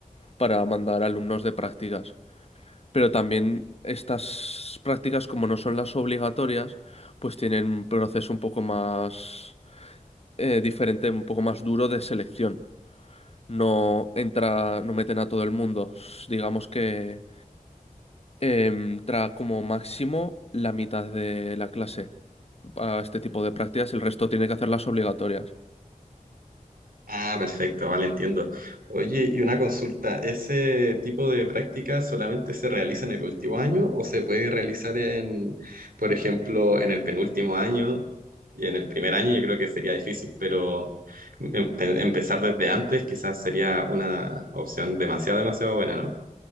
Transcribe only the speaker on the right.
Ah, perfecto, vale, entiendo. Oye, y una consulta, ¿ese tipo de prácticas solamente se realiza en el último año o se puede realizar en, por ejemplo, en el penúltimo año y en el primer año? Yo creo que sería difícil, pero em- empezar desde antes quizás sería una opción demasiado, demasiado buena, ¿no?